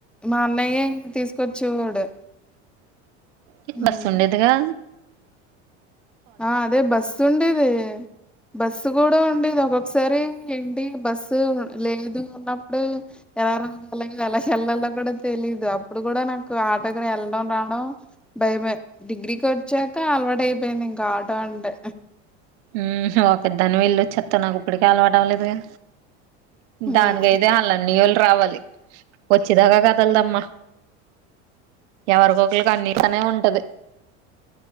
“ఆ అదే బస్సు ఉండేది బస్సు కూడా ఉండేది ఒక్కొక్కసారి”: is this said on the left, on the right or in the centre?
Centre